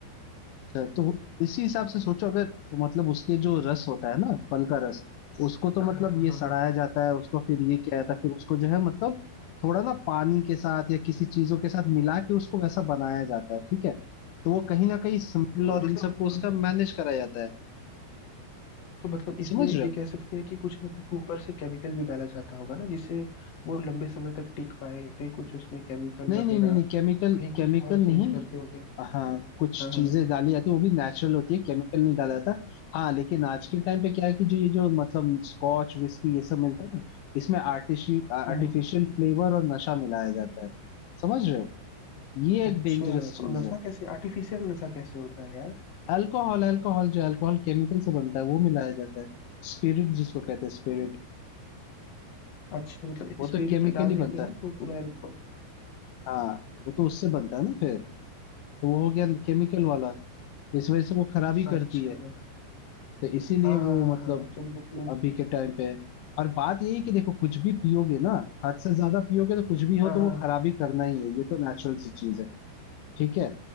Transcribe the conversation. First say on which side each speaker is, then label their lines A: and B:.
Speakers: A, on the left; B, on the left.
A: अच्छा, तो इसी हिसाब से सोचो अगर तो मतलब उसके जो रस होता है ना फल का रस उसको तो
B: हाँ
A: मतलब
B: हाँ हाँ
A: ये
B: हाँ
A: सड़ाया
B: हाँ। हाँ।
A: जाता है उसको फिर ये किया जाता है फिर उसको जो है मतलब थोड़ा ना पानी के साथ या किसी चीजों के साथ मिला के उसको वैसा बनाया जाता है ठीक है तो वो कहीं ना कहीं सिंपल
B: तो
A: और
B: मतलब
A: इन सबको उसका मैनेज कराया जाता है
B: तो मतलब इसमें
A: समझ रहे
B: ये
A: हो
B: कह सकते हैं कि कुछ ना कुछ ऊपर से केमिकल भी डाला जाता होगा ना जिससे वो लंबे समय तक टिक पाए फिर कुछ उसमें केमिकल
A: नहीं
B: वगैरह
A: नहीं नहीं नहीं केमिकल
B: कहीं
A: केमिकल
B: कुछ और चेंज
A: नहीं
B: करते होंगे
A: हाँ कुछ
B: हाँ हाँ
A: चीजें डाली जाती है वो भी नेचुरल होती है केमिकल नहीं डाला जाता हाँ लेकिन आज के टाइम पे क्या है कि जो ये जो मतलब स्कॉच विस्की ये सब मिलता है ना इसमें आर्टिफि आर्टिफिशियल
B: हम्म
A: फ्लेवर और नशा मिलाया जाता है समझ रहे हो ये एक
B: अच्छा
A: डेंजरस चीज
B: तो नशा
A: है
B: कैसे आर्टिफिशियल नशा कैसे होता है यार
A: अल्कोहल अल्कोहल जो अल्कोहल केमिकल से बनता है वो मिलाया जाता है स्पिरिट जिसको कहते हैं स्पिरिट
B: अच्छा मतलब
A: वो
B: स्पिरिट
A: तो केमिकल
B: डाल
A: ही
B: देते
A: बनता है
B: हैं तो पूरा इनको
A: हाँ वो तो उससे बनता है ना फिर तो वो हो गया केमिकल वाला इस वजह से वो खराबी करती
B: अच्छा
A: है तो इसीलिए
B: हाँ हाँ
A: वो
B: हाँ
A: मतलब
B: हाँ तो मतलब
A: अभी के टाइम पे है और बात यही है कि देखो कुछ भी पियोगे ना हद से ज्यादा पियोगे तो कुछ भी हो
B: हाँ
A: तो
B: हाँ
A: वो
B: हाँ
A: खराब ही करना ही है ये तो नेचुरल सी चीज है ठीक है